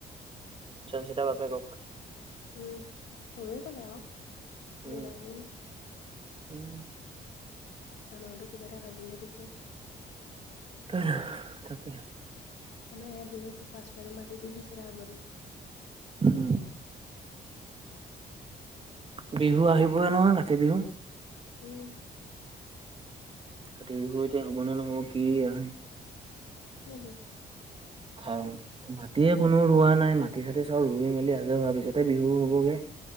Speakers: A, on the right; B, on the left.
A: <unintelligible> বাপেকক।
B: উম, চবেই কলে আৰু,
A: উম
B: দেতা বুলি
A: উম
B: আমাকোতো কিবা এটা ভাবিহে দিছে।
A: তাকে।
B: আমাৰ <unintelligible> পাচফালে মাতি দি দিছে তাৰ বদলি।
A: উম বিহু আহিবই নহয়, কাতি বিহু।
B: উম।
A: কাতি বিহু এতিয়া হ'বনে নহ'ব, কি আহে।
B: কেলে?
A: <unintelligible> মাটিয়ে কোনো ৰোৱা নাই, মাটি চাটি চব ৰুই মেলি আজৰি হোৱাৰ পিছতহে বিহু হ'বগে।